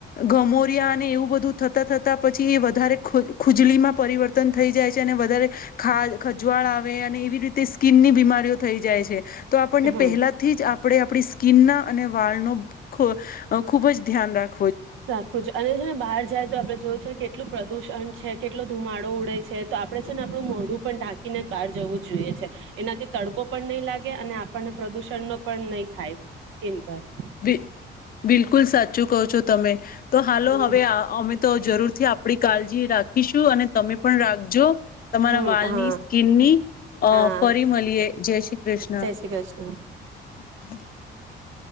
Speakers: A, on the left; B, on the right.
A: ગમોરિયા અને એવું બધું થતાં થતા. પછી એ વધારે ખુજલીમાં પરિવર્તન થઈ જાય છે અને વધારે. ખા ખંજવાળ આવે અને એવી રીતે. એમ બીમારી. થઈ જાય છે તો આપણને
B: હા
A: પહેલા જ આપણે આપણી સ્કીિનના અને વાળનો ખબ ખુબ ખુબજ ધ્યાન રાખો.
B: રાખવું છ અને છે ને બહાર જાય તો આપણે જોયું છે ને કે. કેટલું પ્રદુષણ છે કેટલો ધુમાડો ઉડે છે તો આપણે છે ને આપણું મોડું પણ ઢાંકીને બહાર જવું જોઈએ છે એનાથી તડકો પણ નહીં લાગે અને આપણને પ્રદુષણ પણ નહી થાય સ્કીન પર.
A: બિ બિલકુલ સાચું. ચું કહ છો તમે તો હાલો
B: હમ
A: હવે અમે તો જરૂરથી આપણી કાળજી રાખીશું અને તમે પણ રાખજો તમારા
B: હમ
A: વાળની
B: હા
A: સ્કીિનની અ
B: હા
A: ફરી મળીએ. જય શ્રી કૃષ્ણ.
B: જય શ્રી કૃષ્ણ
A: <unintelligible>